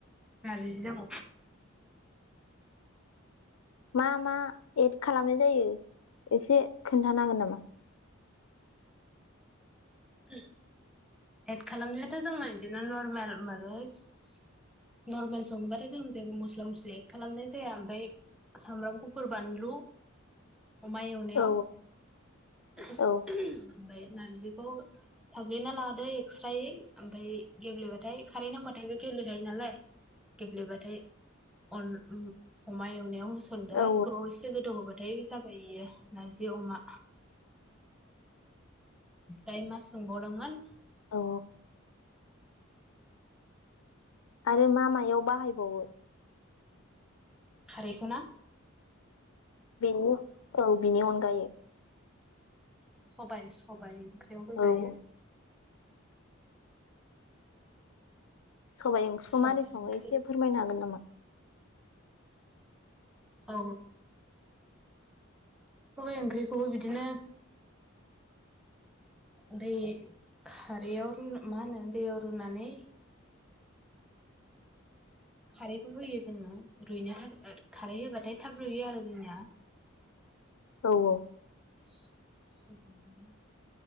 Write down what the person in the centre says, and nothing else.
नारजिजों
उ एद खालामनायाथ' जोंङो बिदिनो नर्मेल <unintelligible> नर्मेल सङोबाथाय जों जेबो मस्ला मस्लि एद खालामनाय जाया ओमफ्राय सामब्राम गुफुर बानलु अमा एवनायाव
ओमफ्राय
नारजिखौ साग्लिना ला दै एक्स्रायै ओमफ्राय गेब्लेबाथाय खारै नांबाथाय बे गेब्लेखायो नालाय गेब्लेबाथाय अन उम अमा एवनायाव होस सनदो
गोबाव एसे गोद थ होबाथाय जाबाय इयो नारजि अमा। दायो मा सोंबावदोंमोन
खारैखौना?
सबाय सबाय ओंख्रियाव होजायो।
सबाइ
ओंख्रि
औ सबाइ ओंख्रिखौबो बिदिनो दै खारियाव रु मा होनो दैयाव रुनानै खारैखौ होयो जोङो रुइनो थाखाय खारै होबाथाय थाब रुयो आरो जोंनिया
स सबाया